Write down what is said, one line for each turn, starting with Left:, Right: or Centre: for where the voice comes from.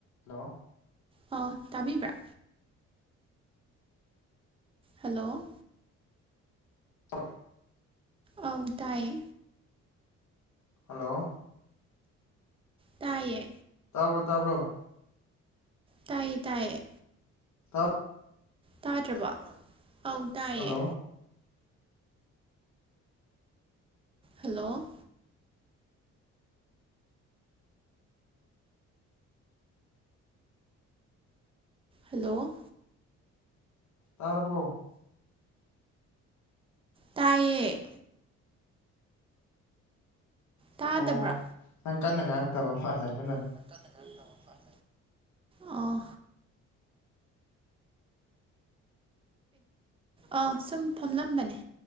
Left: Hello
Right: ꯑꯣ ꯇꯥꯕꯤꯕ꯭ꯔꯥ hello
Left: ꯑ <unintelligible>
Right: ꯑꯧ ꯇꯥꯏꯌꯦ
Left: ꯍꯜꯂꯣ
Right: ꯇꯥꯏꯌꯦ
Left: ꯇꯥꯕ꯭ꯔꯣ ꯇꯥꯕ꯭ꯔꯣ
Right: ꯇꯥꯏꯌꯦ ꯇꯥꯏꯌꯦ
Left: ꯇ <inaudible>
Right: ꯇꯥꯗ꯭ꯔꯕꯣ ꯑꯧ ꯇꯥꯏꯌꯦ
Left: ꯍꯜꯂꯣ
Right: ꯍꯜꯂꯣ ꯍꯜꯂꯣ
Left: ꯇꯥꯔꯕꯣ
Right: ꯇꯥꯏꯌꯦ ꯇꯥꯗꯕ꯭ꯔꯣ
Left: ꯑꯣ ꯅꯪ ꯀꯟꯅ ꯉꯥꯡꯉꯛꯇꯕ ꯃꯥꯜꯂꯦ ꯑꯗꯨꯅꯅꯦ
Right: ꯀꯟꯅ <inaudible> ꯑꯣ ꯑꯥ ꯁꯨꯝ ꯐꯝꯂꯝꯕꯅꯦ